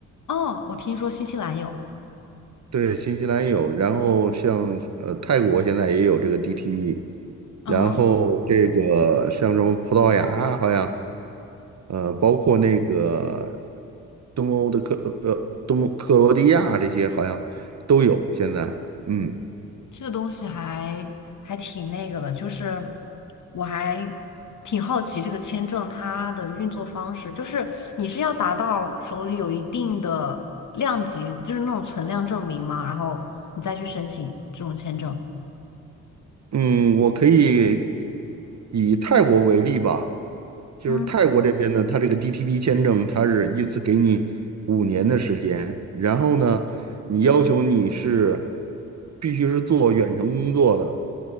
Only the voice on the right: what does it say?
对，新西兰有，然后像呃泰国现在也有这个 DTE，
然后这个像什么葡萄牙啊好像呃包括那个东欧的克呃东欧克罗地亚这些好像都有现在，嗯
嗯，我可以以泰国为例吧，就是泰国这边呢，
它这个 DTP 签证，它是依次给你五年的时间，然后呢，你要求你是必须是做远程工作的，